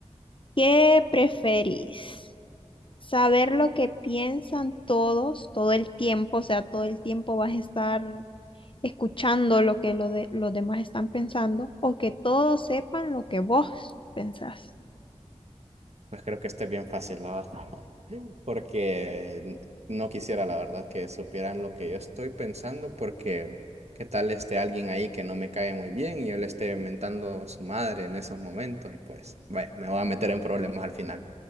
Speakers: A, on the left; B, on the right.
A: ¿Qué preferís? ¿Saber lo que piensan todos todo el tiempo? O sea, todo el tiempo vas a estar escuchando lo que lo de- los demás están pensando o que todos sepan lo que vos pensás.
B: Pues creo que este es bien fácil, la verdad. <laughs> porque no quisiera, la verdad, que supieran lo que yo estoy pensando, porque qué tal esté alguien ahí que no me cae muy bien y yo le esté mentando su madre en esos momentos y pues, vaya, me voy a meter en problemas al final.